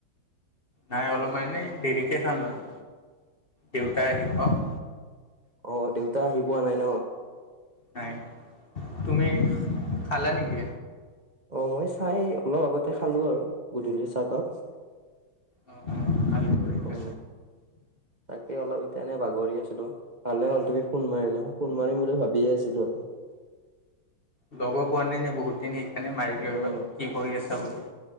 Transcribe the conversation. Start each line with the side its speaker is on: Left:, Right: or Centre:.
Left: নাই, অলপ মানে দেৰিকৈ খাম আৰু দেউতাই আহি পাওঁক।
Right: অঁ', দেউতা আহি পোৱা নাই ন?
Left: নাই, তুমি খালা নেকি?
Right: অঁ, মই চাহ এই অলপ আগতে খালো আৰু গধূলিৰ চাহ কাপ।
Left: অ ভালে কৰিলা
Right: অঁ, তাকে অলপ- এনে বাগৰি আছিলো, ভালে হ'ল তুমি ফোন মাৰিলা, ফোন মাৰিম বুলি ভাবিয়ে আছিলো আৰু।
Left: লগো পোৱা নাই না বহুত দিন সেইকাৰণে মাৰিলো
Right: উম
Left: একবাৰ, কি কৰি আছা
Right: উম।
Left: বোলো?